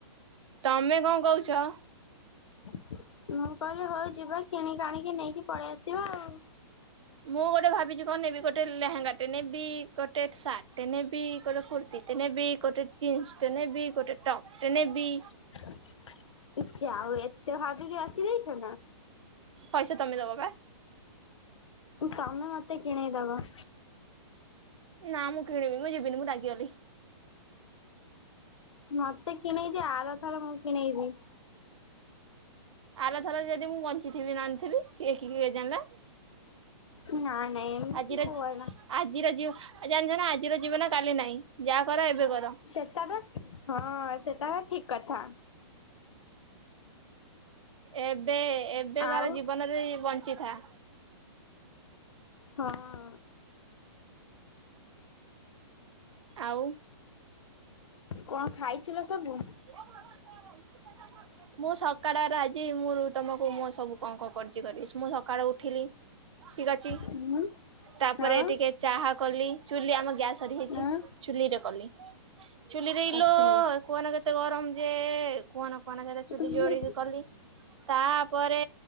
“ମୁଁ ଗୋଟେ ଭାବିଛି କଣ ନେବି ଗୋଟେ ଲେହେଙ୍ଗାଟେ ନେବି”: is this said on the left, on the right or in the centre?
Right